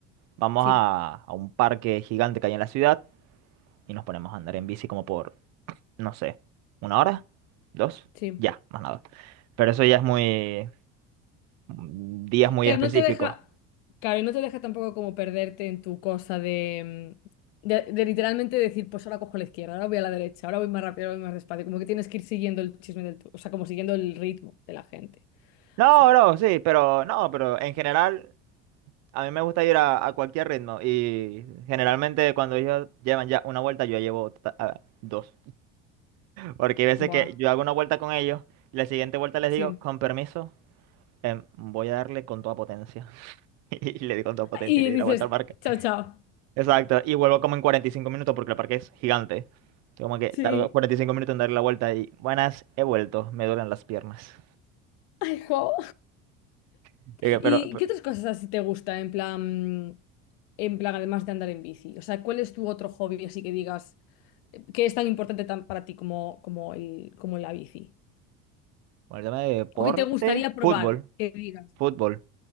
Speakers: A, on the right; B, on the left.
A: Vamos
B: sí,
A: a, a un parque gigante que hay en la ciudad y nos ponemos a andar en bici como por no sé, una hora, dos,
B: sí.
A: ya, más nada. Pero eso ya es muy, mm, días muy
B: Claro,
A: específicos.
B: no te deja, claro, y no te deja tampoco como perderte en tu cosa de, mm, de, de literalmente decir, pues ahora cojo la izquierda, ahora voy a la derecha, ahora voy más rápido, ahora voy más despacio. Como que tienes que ir siguiendo el chisme del, tu- o sea, como siguiendo el ritmo de la gente.
A: No,
B: Así que,
A: no, sí, pero no, pero en general a mí me gusta ir a, a cualquier ritmo y generalmente cuando ellos llevan ya una vuelta yo ya llevo ta- a- dos. Porque hay veces
B: buah,
A: que yo hago una vuelta con ellos y la siguiente vuelta les
B: sí.
A: digo, con permiso, em, voy a darle con toda potencia. <laughs> Y le di con toda potencia
B: Y
A: y le di
B: dices,
A: la vuelta al parque.
B: chao, chao.
A: Exacto, y vuelvo como en 45 minutos porque el parque es gigante. Yo Como que
B: Sí.
A: tardo 45 minutos en dar la vuelta y buenas, he vuelto, me duelen las piernas.
B: Ay, jo.
A: Y que, Pero,
B: ¿Y
A: pero
B: qué otras cosas así te gusta en plan, en plan, además de andar en bici? O sea, ¿cuál es tu otro hobby así que digas eh, que es tan importante tan para ti como, como el, como la bici?
A: bueno, el tema de deporte,
B: ¿O que te gustaría
A: fútbol,
B: probar? Que digas,
A: fútbol